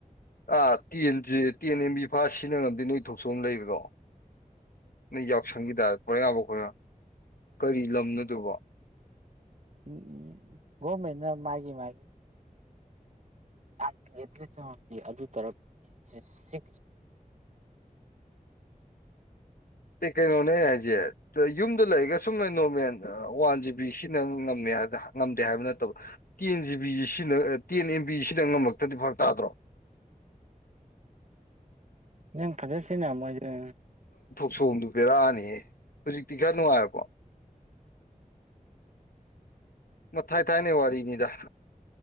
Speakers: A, on the left; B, on the right.
A: ꯑꯥ ꯇꯦꯟꯁꯦ ꯇꯦꯟ ꯑꯦꯝꯕꯤ ꯐꯥ ꯁꯤꯟꯅ ꯉꯝꯗꯦ ꯅꯣꯏ ꯊꯣꯛꯆꯣꯑꯝ ꯂꯩꯕꯀꯣ ꯅ ꯌꯛ ꯁꯪꯒꯤꯤꯗ ꯀꯒꯕꯈ ꯀꯔꯤ ꯂꯝꯅꯣꯗꯨꯕ
B: ꯎꯝ ꯣꯃꯦꯟꯅ ꯃꯥꯒꯤꯦ ꯃꯥꯒꯤ ꯑꯥꯏ ꯄꯤꯗ ꯑꯗꯨ ꯇꯔ ꯁꯤ
A: ꯀꯩꯅꯣꯅꯦ ꯑꯩ ꯍꯥꯏꯁꯦ ꯌꯨꯝꯗ ꯂꯩꯔꯒ ꯁꯨꯝꯅ ꯅꯣꯔꯃꯦꯜ ꯋꯥꯟ ꯖꯤ ꯕꯤ ꯁꯤꯅ ꯉꯝꯃꯦ ꯉꯝꯗꯦ ꯍꯥꯏꯕ ꯅꯠꯇꯕ ꯇꯦꯟ ꯖꯤꯕꯤ ꯁꯤꯅ ꯇꯦꯟ ꯑꯦꯝ ꯕꯤ ꯁꯤꯅ ꯉꯝꯃꯛꯇ꯭ꯔꯗꯤ ꯐꯔꯛ ꯇꯥꯗ꯭ꯔꯣ
B: ꯅꯪ ꯐꯖꯠꯁꯤꯅ ꯃꯣꯏꯗ
A: ꯁꯣꯝꯗꯨ ꯄꯤꯔꯛꯑꯅꯤꯍ ꯍꯧꯖꯤꯛꯇꯤ ꯈꯔ ꯅꯨꯡꯉꯥꯏꯄꯣ ꯃ ꯊ ꯊꯥꯏꯅꯦ ꯋꯥ ꯋꯥꯔꯤꯅꯦ ꯌꯥ